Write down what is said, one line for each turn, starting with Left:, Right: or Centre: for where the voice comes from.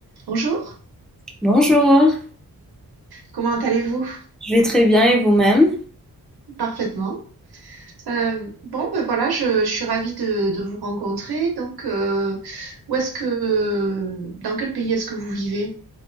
Right: Bonjour,
Centre: Bonjour,
Right: comment allez-vous?
Centre: je vais très bien et vous-même?
Right: Parfaitement. Euh, bon, ben voilà, je, je suis ravie de, de vous rencontrer. Donc, euh, où est-ce que, dans quel pays est-ce que vous vivez?